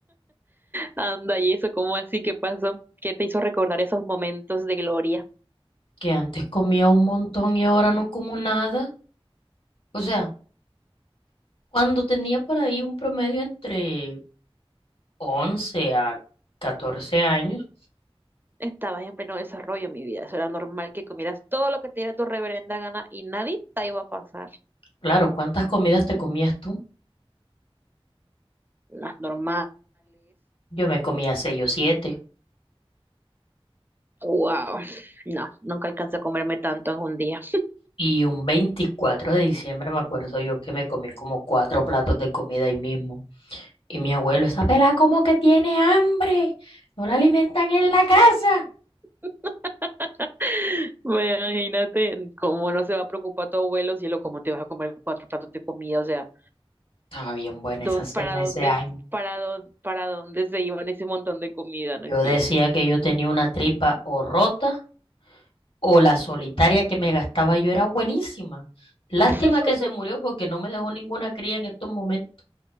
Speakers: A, on the right (about 20°); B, on the left (about 65°).
A: Anda, y eso, ¿cómo así? ¿Qué pasó? ¿Qué te hizo recordar esos momentos de gloria?
B: Que antes comía un montón y ahora no como nada. O sea, cuando tenía por ahí un promedio entre once a catorce años,
A: Estabas en pleno desarrollo, mi vida. Eso era normal que comieras todo lo que te diera tu reverenda gana y nadie te iba a pasar.
B: claro, ¿cuántas comidas te comías tú?
A: Las normales.
B: Yo me comía 6 o 7.
A: Wow. No, nunca alcancé a comerme tanto en un día.
B: Y un 24 de diciembre me acuerdo yo que me comí como cuatro platos de comida ahí mismo. Y mi abuelo, esa pelada como que tiene hambre, no la alimentan en la casa.
A: <laughs> Imagínate cómo no se va a preocupar tu abuelo, cielo, cómo te vas a comer cuatro platos de comida. O sea,
B: Estaba bien buena
A: don
B: esa cena
A: para dónde,
B: ese año.
A: para dón- para dónde se iban ese montón de comida, no
B: Yo
A: entiendo.
B: decía que yo tenía una tripa o rota o la solitaria que me gastaba yo era buenísima. Lástima
A: <laughs>
B: que se murió porque no me dejó ninguna cría en estos momentos.